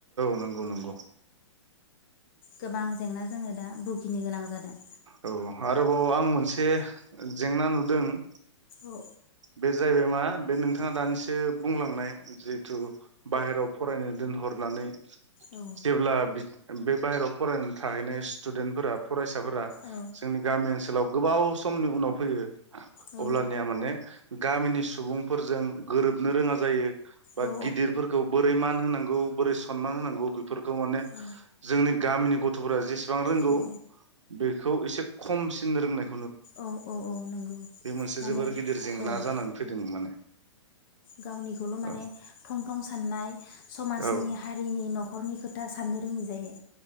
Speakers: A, on the right; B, on the left.
A: नोंगौ नंगौ।
B: गोबां जेंना जोङो दा बुगिनो गोनां जादों।
A: औ आरोबाव आं मोनसे जेंना नुदों। <inaudible>
B: औ।
A: बे जाहैबाय मा बे नोंथाङा दानिसो बुंलांनाय जिहेथु बाहेराव फरायनो दोनहरनानै
B: औ
A: जेबला बि बे बाहेराव फरायनो थाहैनाय स्टुडेन्टफोरा फरायसाफोर
B: औ
A: जोंनि गामि ओनसोलाव गोबाव समनि उनाव फैयो।
B: औ
A: अब्लानिया माने गामिनि सुबुंफोरजों गोरोबनो रोङा जायो बा
B: औ
A: गिदिरफोरखौ बोरै मान होनां गौ। बोरै सनमान होनांगौ बेफोरखौ माने
B: औ
A: जोंनि गामिनि गथफोरा जेसे बां रोंगौ
B: औ
A: बेखौ एसे खमसि <unintelligible>
B: औ-औ-औ नोंगौ
A: मोनसे
B: माने
A: जोबोर गिदिर जेंना
B: औ-औ
A: जानानै फैदों माने
B: गावनिखौल माने
A: औ
B: थं-थं साननाय। समाजनि
A: औ
B: हारिनि नखर नि खोथा साननो रोङि जायो।